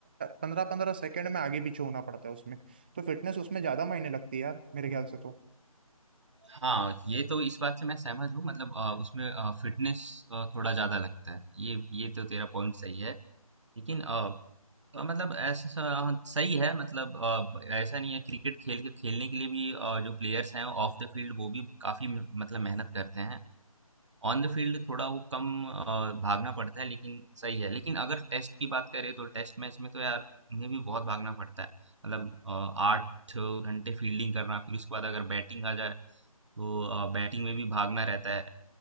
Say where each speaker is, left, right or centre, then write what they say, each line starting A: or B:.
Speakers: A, on the right; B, on the right.
A: पंद्रह पंद्रह सेकंड में आगे पीछे होना पड़ता है उसमें तो फिटनेस उसमें ज्यादा मायने लगती है यार मेरे ख्याल से तो
B: हाँ ये तो इस बात से मैं सहमत हूँ मतलब अ, उसमें फिटनेस थोड़ा ज्यादा लगता है ये ये तो तेरा पॉइंट सही है लेकिन अ, अ, मतलब ऐसा सा- हाँ, सही है मतलब अ, ब- ऐसा नहीं है क्रिकेट खेल के खेलने के लिए भी अ, जो प्लेयर्स हैं ऑफ द फील्ड वो भी काफी म- मतलब मेहनत करते हैं ऑन द फील्ड थोड़ा वो कम अ, भागना पड़ता है लेकिन सही है लेकिन अगर टेस्ट की बात करें तो टेस्ट मैच में तो यार उन्हें भी बहुत भागना पड़ता है मतलब अ, आठ घंटे फील्डिंग करना फिर उसके बाद अगर बैटिंग आ जाए तो बैटिंग में भी भागना रहता है